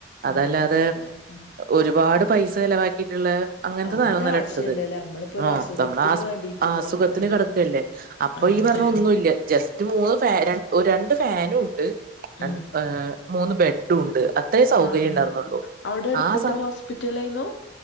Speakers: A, on the right; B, on the left.
A: അതല്ലാതെ
B: ആഹ് അതെ അതെ ആഹ്
A: ഒരുപാട് പൈസ ചിലവാക്കിയിട്ടുള്ള അങ്ങനത്തെ
B: അതിന്റെ
A: സാധനം ഒന്നുമല്ല
B: ആവശ്യല്ലല്ലോ
A: എടുത്തത്
B: നമ്മളിപ്പോ ഒരു
A: ആഹ്
B: അസുഖത്തിന്
A: നമ്മള്
B: വേണ്ടിട്ട്
A: ആ
B: പോയതല്ലേ
A: അസുഖത്തിന് കിടക്കയല്ലേ അ അപ്പൊ
B: ആഹ്
A: ഈ
B: അതെ
A: പറഞ്ഞ ഒന്നുമില്ല ജസ്റ്റ് മൂന്ന് ഫാൻ രണ്ട് ഫാനും ഉണ്ട്
B: ഉം
A: ഏഹ് മൂന്ന് ബെഡും ഉണ്ട് അത്രേ സൗകര്യം
B: ആഹ്
A: ഉണ്ടായിരുന്നുള്ളൂ
B: അവിടെ അടുത്തത്തെ
A: ആഹ് സ
B: ഹോസ്പിറ്റലായിരുന്നു